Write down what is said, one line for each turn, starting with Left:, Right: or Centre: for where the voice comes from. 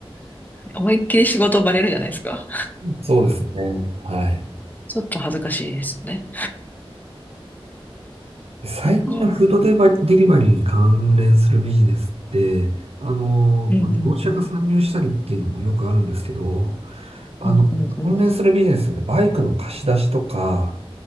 Left: 思いっきり仕事バレるじゃないですか。
Right: そうですね。はい。
Left: ちょっと恥ずかしいですよね。
Right: 最近のフードデバ、
Left: なんか。
Right: デリバリーに関連するビジネスって、あの、
Left: うんうんうん。
Right: まあ、業者が参入したりっていうのもよくあるんですけど、あの、
Left: うんうんう
Right: 関連するビジネスでバイクの貸し出しとか、